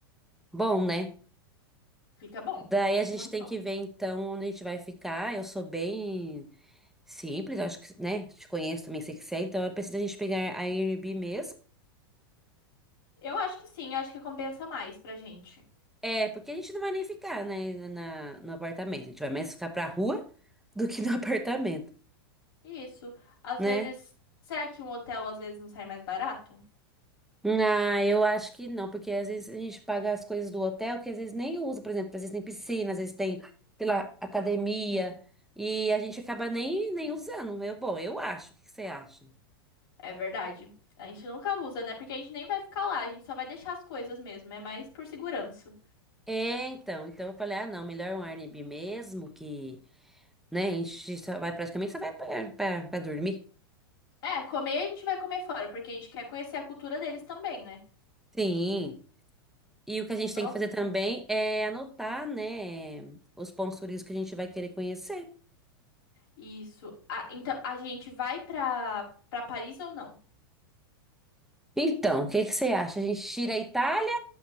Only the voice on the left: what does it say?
Fica bom.
Muito
Eu acho que sim, eu acho que compensa mais pra gente.
Isso. Às
vezes, será que um hotel às vezes não sai mais barato?
É verdade. A gente nunca usa, né? Porque a gente nem vai ficar lá, a gente só vai deixar as coisas mesmo, é mais por segurança.
É, comer a gente vai comer fora, porque a gente quer conhecer a cultura deles também, né?
Nossa.
Isso. Ah, então, a gente vai pra, pra Paris ou não?